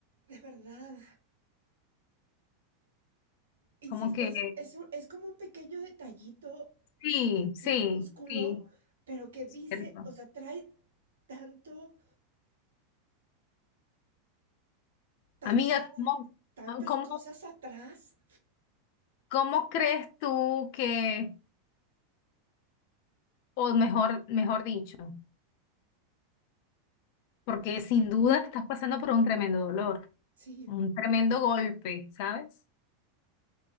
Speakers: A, on the right (about 70°); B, on the left (about 50°).
A: de verdad, insisto,
B: como que
A: es, es, un- es como un pequeño detallito
B: sí, sí,
A: minúsculo,
B: sí.
A: pero que dice,
B: cierto.
A: o sea, trae tanto, tanta,
B: Amiga, ¿cómo,
A: tantas
B: cómo
A: cosas atrás.
B: ¿Cómo crees tú que, o mejor, mejor dicho, porque sin duda estás pasando por un tremendo dolor,
A: Sí,
B: un tremendo golpe, ¿sabes?